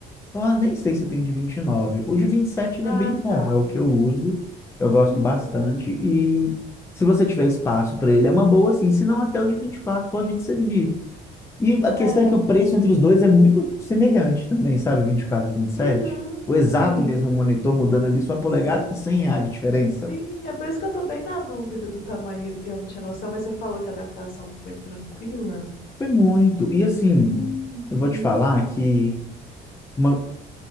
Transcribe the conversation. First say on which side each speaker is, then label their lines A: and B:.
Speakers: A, on the left (about 15°); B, on the left (about 65°).
A: Ah, nem sei se tem de vinte e nove O de 27 ele
B: Ah,
A: é bem bom,
B: tá.
A: é o que eu uso, eu gosto
B: Uhum.
A: bastante e se você tiver espaço para ele é uma boa sim, se não até o de 24 pode te servir. E a questão
B: É.
A: é que o preço entre os dois é muito semelhante também, sabe, o vinte e quatro e o 27.
B: Uhum,
A: O exato
B: sim.
A: mesmo monitor mudando ali sua polegada
B: S-
A: é cem reais de diferença.
B: Sim, é por isso que eu tô bem na dúvida do tamanho. Eu não tinha noção, mas você falou que a adaptação foi tranquila?
A: Foi muito. E assim,
B: Uhum.
A: eu vou te falar que uma,